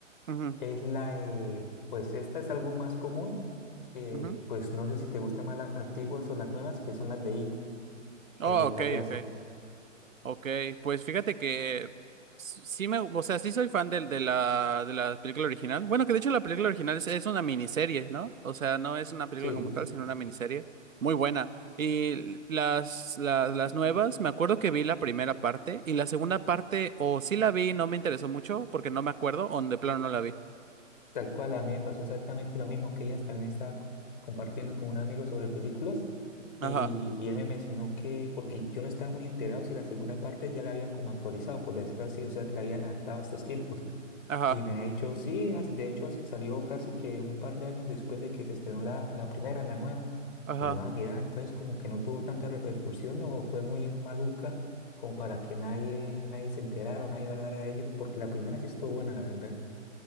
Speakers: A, on the right; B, on the left.
A: ujú,
B: es la de, pues esta es algo más común, que
A: ujú.
B: pues no sé si te gustan más las antiguas o las nuevas, que son las de It,
A: Oh,
B: las del
A: ok,
B: payaso.
A: ok. Ok, pues fíjate que s- sí me, o sea, sí soy fan del- de, la, de la película original. Bueno, que de hecho la película original es, es una miniserie, ¿no? O sea, no es una película
B: Sí,
A: como tal, sino una miniserie muy buena. Y las, las, las nuevas, me acuerdo que vi la primera parte y la segunda parte, o sí la vi, y no me interesó mucho porque no me acuerdo, o de plano no la vi.
B: Tal cual, a mí me pasó exactamente lo mismo que ella también estaba co- compartiendo con un amigo sobre películas y,
A: Ajá,
B: y él me mencionó que, porque yo no estaba muy enterado si la segunda parte ya la habían como actualizado, por decirlo así, o sea, que la habían adaptado a estos tiempos.
A: ajá,
B: Y me ha dicho, sí, as- de hecho así salió casi que un par de años después de que se estrenó la, la primera, la nueva.
A: ajá.
B: Y yo, ah, mira, entonces como que no tuvo tanta repercusión o fue muy maluca como para que nadie, nadie se enterara o nadie hablara de ello, porque la primera sí estuvo buena, la verdad.